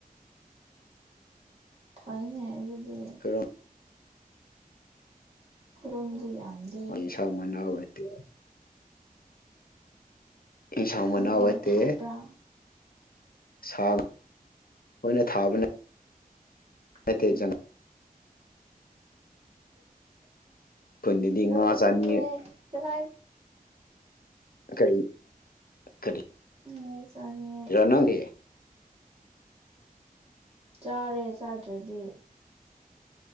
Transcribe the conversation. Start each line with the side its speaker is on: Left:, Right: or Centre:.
Right: ꯍꯣꯅꯦ ꯑꯗꯨꯗꯤ
Left: ꯈꯣꯏꯔꯝ
Right: ꯔꯣꯝꯗꯤ ꯌꯥꯝꯃꯤ
Left: <unintelligible> ꯏꯟꯁꯥꯡ ꯃꯅꯥ
Right: ꯅꯣꯏꯅ
Left: ꯋꯥꯠꯇꯦ
Right: ꯊꯥꯕ꯭ꯔꯥ
Left: ꯁꯥ ꯑꯣꯏꯅ ꯊꯥꯕꯅꯦ
Right: ꯎꯝ
Left: ꯇꯩꯖꯪ ꯈꯨꯟꯗꯗꯤ
Right: ꯅꯣꯛꯅꯤꯡꯉꯦ
Left: ꯉꯥ ꯆꯥꯅꯤꯡꯉꯦ
Right: ꯆꯂꯥꯏꯠ
Left: ꯀꯔꯤ ꯀꯔꯤ
Right: <unintelligible> ꯆꯥꯅꯤꯡꯉꯦ ꯑꯩ
Left: ꯅꯪꯗꯤ
Right: ꯆꯥꯔꯦ ꯆꯥꯗ꯭ꯔꯗꯤ